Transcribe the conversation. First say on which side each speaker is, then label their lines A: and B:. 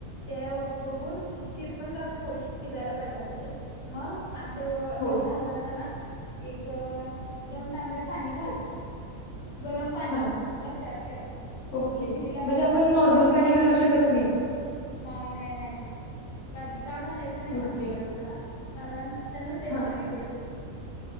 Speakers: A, on the left (about 80°); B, on the left (about 50°).
A: त्या बघून म्हणजे खीर, पण जर थोडीशी शिजायला पाहिजे आपले मग आणि तेव
B: हो
A: तेवढ्या अंदाजान एक अ अ दोन तांब्या पाणी घाल गरम पाणी
B: हां
A: लक्षात ठेव
B: ओके
A: खिरीला गार
B: म्हणजे आपण
A: पाणी वापरायचं
B: नॉर्मल पाणी घालू शकत नाही
A: नाही, नाही नाही नाही काधीक का घालायचं नाही
B: ओके
A: सांगु काय तुला कारण त्यांन टेस्ट
B: हां
A: बिघडते